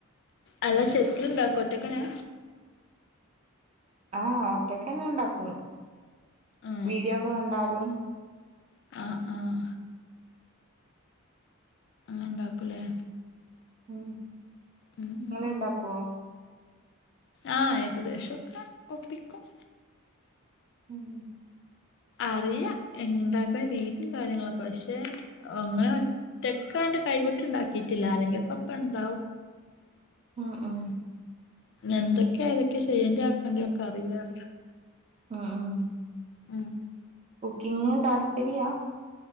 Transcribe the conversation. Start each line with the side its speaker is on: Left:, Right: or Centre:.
Left: അല്ല ശെര്ക്ക്ന്ണ്ടാക്കോ ഒറ്റക്കെനെ?
Right: ആഹ് ഒറ്റക്കന്നെണ്ടാക്കും
Left: ആ
Right: വീഡിയോക്കെ കണ്ടാലും.
Left: ആഹ് ആഹ്. ന്നണ്ടാക്കുലേ.
Right: ഉം
Left: ഉം ഉം
Right: ഇങ്ങെള്ണ്ടാക്കോ?
Left: ആഹ് ഏകദേശൊക്കെ ഒപ്പിക്കും.
Right: ഉം
Left: അറിയഎൻ ണ്ടാക്കുന്ന രീതിം കാര്യങ്ങളൊക്കെ പക്ഷേ അങ്ങനെ ഒ റ്റെക്കാണ്ട് കൈവിട്ട്ണ്ടാക്കിയിട്ടില്ല ആരേങ്കിക്കോപ്പണ്ടാവും.
Right: ഉം ഉം
Left: എന്തൊക്കെ ഏതൊക്കെ ചെയ്യണ്ട്യേ ആക്കണ്ട്യേ ഒക്കെ അറിയാറ്യാ.
Right: ഉം ഉം
Left: ഉം
Right: കുക്കിങ്ങ് താല്പര്യ?